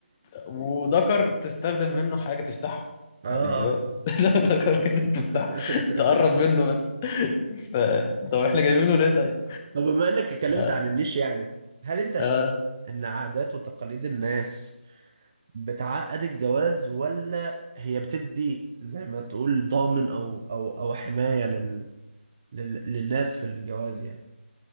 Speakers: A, on the left; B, on the right.
A: وذكر تستخدم منه حاجة تفتحه
B: <laughs> اه
A: بعد الجواز <laughs> ذكر كده تفتح
B: <laughs>
A: تقرب منه بس <laughs> ف... طب احنا جايبينه ليه طيب؟
B: طب بما انك اتكلمت
A: آه.
B: عن النيش يعني هل انت شايف
A: آه.
B: ان عادات وتقاليد الناس بتعقد الجواز ولا هي بتدي زي ما تقول ضامن او او او حماية لل... لل... للناس في الجواز يعني